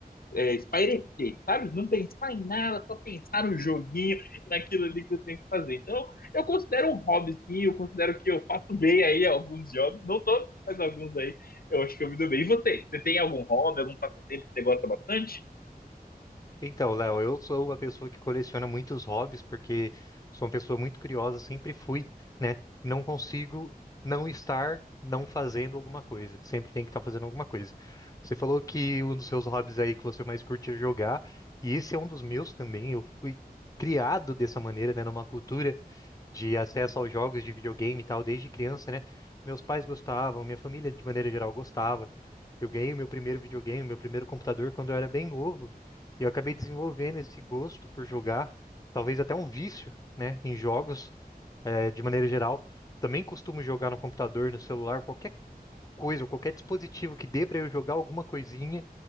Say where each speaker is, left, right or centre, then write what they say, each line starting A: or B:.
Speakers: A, on the left; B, on the left.
A: é, espairecer, sabe? Não pensar em nada, só pensar no joguinho e naquilo ali que eu tenho que fazer. Então, eu considero um hobby, sim, eu considero que eu faço bem aí alguns jogos, não todos, mas alguns aí eu acho que eu me dou bem. E você? Você tem algum hobby, algum passatempo que você gosta bastante?
B: Então, Léo, eu sou uma pessoa que coleciona muitos hobbies porque sou uma pessoa muito curiosa, sempre fui, né? Não consigo não estar não fazendo alguma coisa. Sempre tem que estar fazendo alguma coisa. Você falou que um dos seus hobbies aí que você mais curte é jogar, e esse é um dos meus também. Eu fui criado dessa maneira, né? Numa cultura de acesso aos jogos de videogame e tal, desde criança, né? Meus pais gostavam, minha família de maneira geral gostava. Eu ganhei o meu primeiro videogame, meu primeiro computador quando eu era bem novo. E eu acabei desenvolvendo esse gosto por jogar, talvez até um vício, né, em jogos, eh, de maneira geral. Também costumo jogar no computador, no celular, qualquer coisa, qualquer dispositivo que dê para eu jogar alguma coisinha